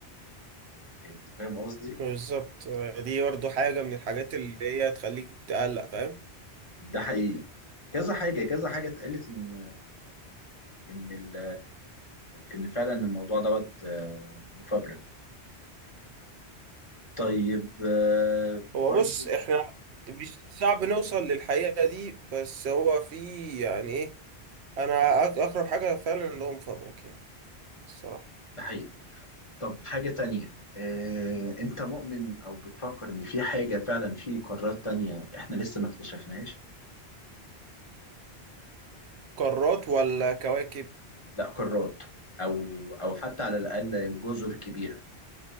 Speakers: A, on the left; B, on the right.
A: يعني انت فاهم قصدي
B: بالظبط دي برضه حاجة من الحاجات اللي هي تخليك تقلق فاهم
A: ده حقيقي كذا حاجه كذا حاجه اتقالت ان ان ال- ان فعلا الموضوع دوت آه، مفبرك طيب آه،
B: هو
A: برضو
B: بص احنا مش صعب نوصل للحقيقة دي بس هو في يعني ايه انا أك- اقرب حاجة فعلا اللي هو مفبرك يعني الصراحة
A: ده حقيقي طب حاجه تانية آه، انت مؤمن او بتفكر ان في حاجه فعلا في قارات تانية احنا لسه ما اكتشفناهاش
B: قارات ولا كواكب
A: لا قارات او او حتى على الاقل جزر كبيره